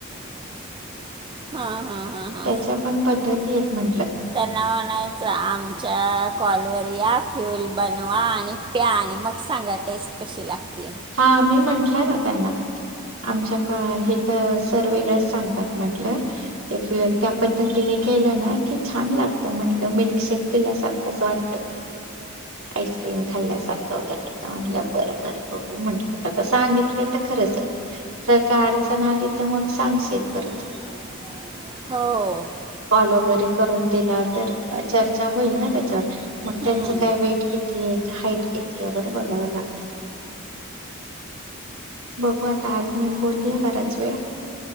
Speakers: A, on the right; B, on the right.
A: <inaudible> हां हां हां
B: त्याच्या पण पद्धती आहेत म्हण.
A: त्यांना म्हणायच आमच्या कॉलवर या. <unintelligible> बनवा आणि प्या आणि मग सांगा टेस्ट कशी लागते.
B: हा मी म्हंटलंय ना त्यांना आमच्या का हे तर सर वेगळच सांगतात म्हंटलं ते <unintelligible> त्या पद्धतीने केलं ना की छान लागत म्हंटल मिल्कशेक पिल्यासारखच वाटत. आईस्क्रीम खाल्ल्यासारखं <unintelligible> म्हटल्या बरोबर पप्पा म्हटल्यात आता सांगितलं तर खरंच जर का अडचण आली तर मग सांगशील परत
A: <inaudible> हम्म,
B: कॉल वगैरे करून दिला तर चर्चा होईल ना त्याच्यावर मग
A: हम्म,
B: त्यांचं काय वेट किती आहे हाईट किती आहे वगैरे बघावं लागेल. बघू आता आज मी बोलली हे बराच वेळ